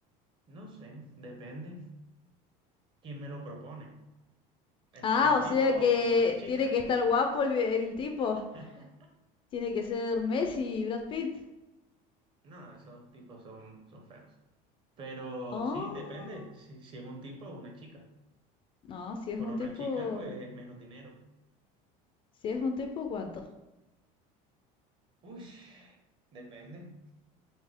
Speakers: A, on the right (about 30°); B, on the left (about 30°).
A: No sé, depende quién me lo propone, el
B: Ah,
A: mismo
B: o
A: tipo
B: sea
A: o
B: que
A: una chica.
B: tiene que estar guapo el, el tipo.
A: <laughs>
B: Tiene que ser Messi y Brad Pitt.
A: No, esos tipos son, son feos. Pero
B: Oh,
A: sí, depende si, si es un tipo o una chica.
B: no, si es
A: Por
B: un
A: una
B: tipo,
A: chica, pues es menos dinero.
B: si es un tipo, ¿cuánto?
A: Uy, depende.